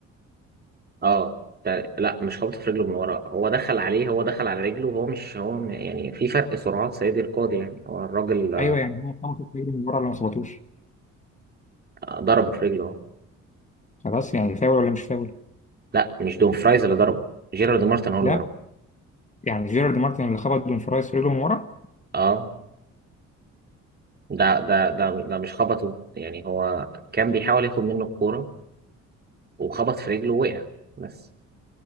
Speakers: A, on the right; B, on the left.
A: اه ف- لا مش خبط في رجله من ورا هو دخل عليه هو دخل على رجله وهو مش هو م- يعني في فرق سرعات سيدي القاضي يعني هو الراجل
B: ايوه يعني هو خبطه في رجله من ورا ولا ما خبطوش
A: آه، ضربه في رجله اهو
B: خلاص يعني فاول ولا مش فاول
A: لا مش دومفرايز اللي ضربه جيرارد مارتن هو اللي
B: لا
A: ضربه
B: يعني جيرارد مارتن اللي خبط دون فرايز في رجله من ورا
A: اه ده ده ده ده مش خبطه يعني هو كان بيحاول ياخد منه الكورة وخبط في رجله ووقع بس